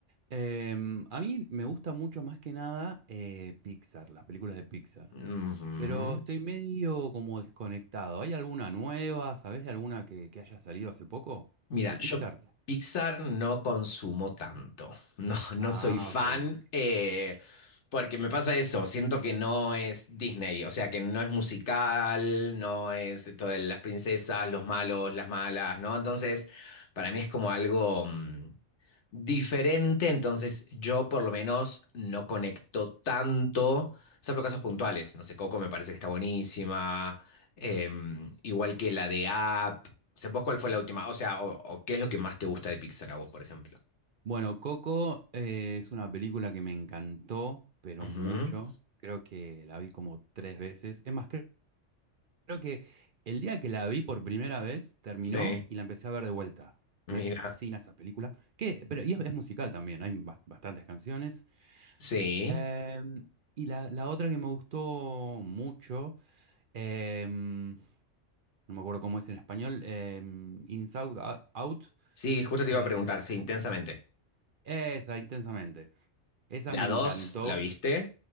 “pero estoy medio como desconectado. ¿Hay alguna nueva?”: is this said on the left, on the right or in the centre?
Right